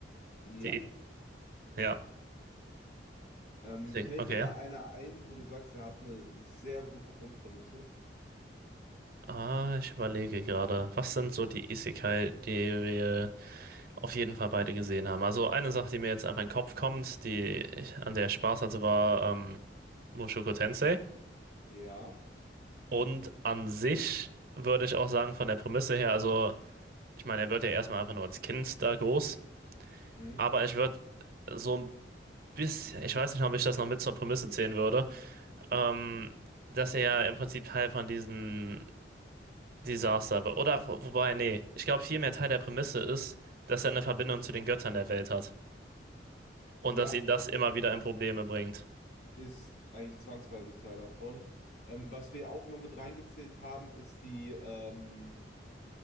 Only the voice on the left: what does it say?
ja.
Ähm,
fällt
dir da einer ein, wo du sagst, er hat eine sehr gute Grundprämisse?
Ja.
Mhm.
Ja,
doch,
doch, doch,
das
ist eigentlich zwangsweise Teil davon. Ähm, was wir auch immer mit reingezählt haben, ist die, ähm,